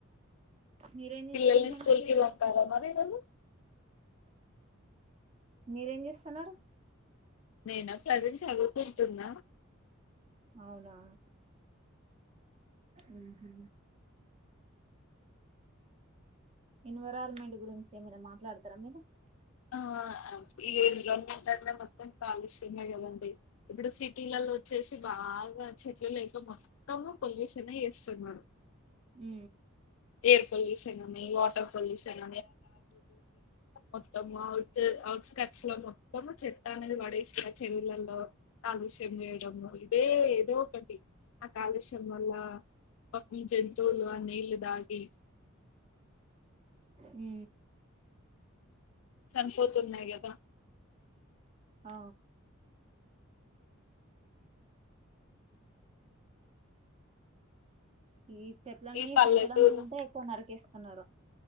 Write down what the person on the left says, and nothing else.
పిల్లల్ని
స్కూల్ కి పంపారా ఈరోజు
నేనా ప్రజెంట్ చదువుకుంటున్న
ఆ ఈ ఎన్న్మెట్ అ మొత్తం కాలుష్యం కదండి ఇప్పుడు సిటీలలో వచ్చే బాగా చెట్లు లేక మొత్తము పొల్యూషన్ చేస్తున్నారు
ఎయిర్ పొల్యూషన్ అని వాటర్ పొల్యూషన్ మొత్తం అవుట్ కట్ అలో మొత్తము చెత్త అనేది పడేస్త చెరువులలో కాలుష్యం చేయడము ఇదేదో ఏదో ఒకటి కాలుష్యం వల్ల పాపం జంతువులు నీళ్లు తాగి
చనిపోతున్నాయి కదా
ఈ పల్లెటూరు